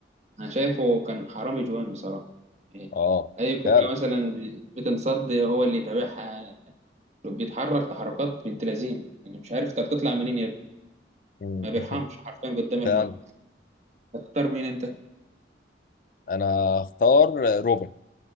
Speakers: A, on the right; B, on the left.
A: انا شايفه كان حرامي جوان بصراحه يعني
B: اه
A: اي كوره
B: فعلا
A: مثلا بتنصد هو اللي يتابعها بيتحرك تحركات بنت لذينه يعني مش عارف طب تطلع منين يا ابني
B: مم.
A: ما بيرحمش
B: <laughs>
A: حرفيا قدام المرمى
B: فعلا
A: تختار مين انت
B: انا هختار روبن